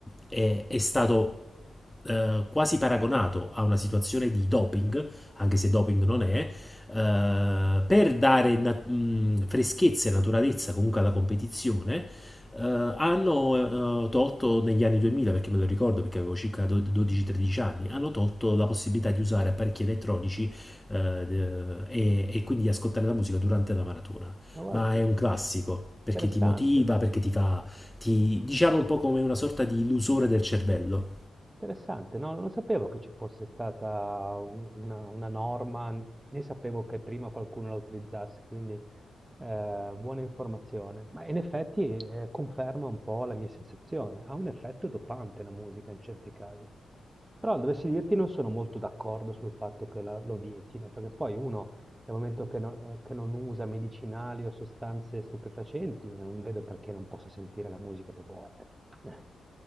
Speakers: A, in the centre; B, on the right (about 15°).
A: è, è stato eh, quasi paragonato a una situazione di doping, anche se doping non
B: Mm.
A: è, eh, per dare na- mh, freschezza e naturalezza comunque alla competizione, eh, hanno eh, tolto negli anni 2000, perché me lo ricordo perché avevo circa do- 12-13 anni, hanno tolto la possibilità di usare apparecchi elettronici eh, e, e quindi di ascoltare la musica durante la maratona.
B: Ma guarda
A: Ma
B: un po',
A: è un classico
B: interessante.
A: perché ti motiva, perché ti fa ti diciamo un po' come una sorta di illusore del cervello.
B: Interessante, no, non sapevo che ci fosse stata un- una, una norma, né sapevo che prima qualcuno la utilizzasse, quindi eh, buona informazione. Ma in effetti eh, conferma un po' la mia sensazione, ha un effetto dopante la musica in certi casi. Però dovessi dirti non sono molto d'accordo sul fatto che la- lo vietino, perché poi uno dal momento che, no- eh, che non usa medicinali o sostanze stupefacenti, non vedo perché non possa sentire la musica che vuole. <laughs>